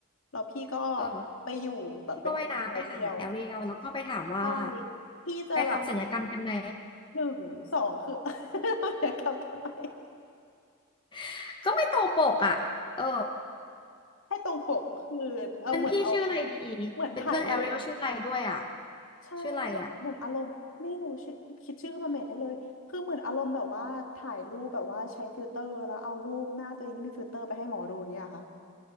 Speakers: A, on the left; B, on the left.
A: แล้วพี่ก็
B: เออ
A: ไปอยู่แบบเป็นคพื่นแอเรียล
B: พี่ก็ว่ายน้ำไปหาแอเรียลแล้วก็ไปถามว่า
A: ใช่พี่จะแบบ
B: ไปทำศัลยกรรมกันไหม
A: หนึ่งสองคือ <laughs> เดี๋ยวกลับกันไป
B: <laughs> ก็ไม่ตรงปกอ่ะเออ
A: ให้ตรงปกคือเอาเหมือนเอา
B: เป็นพี่ชื่ออะไรดี
A: เหมือนถ่ายรูป
B: เป็นเพื่อนแอเรียลชื่ออะไรด้วยอ่ะ
A: ใช่เหมือนเหมือนอารมณ์ไม่รู้ชื่อคิดชื่อขึ้นมาเมทให้เลยคือเหมือนอารมณ์แบบว่าถ่ายรูปแบบว่าใช้ฟิลเตอร์แล้วเอารูปหน้าตัวเองที่มีฟิลเตอร์ไปให้หมอดูอย่างเงี้ยค่ะ
B: ชื่ออะไรอ่ะ